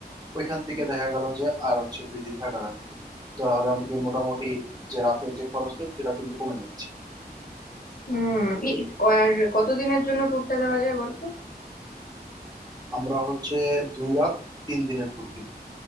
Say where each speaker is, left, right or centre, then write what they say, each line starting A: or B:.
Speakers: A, on the right; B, on the left.
A: ওইখান থেকে দেখা গেল যে আর হচ্ছে দুই দিন থাকা লাগবে তাহলে আমাদের মোটামুটি যে রাতের যে খরচটা সেটা কিন্তু কমে যাচ্ছে
B: হুম ই- ই- ক- আর কতদিনের জন্য ট্যুরটা দেওয়া যায় বলতো
A: আমরা হচ্ছে দুই রাত তিন দিনের ট্যুর দিন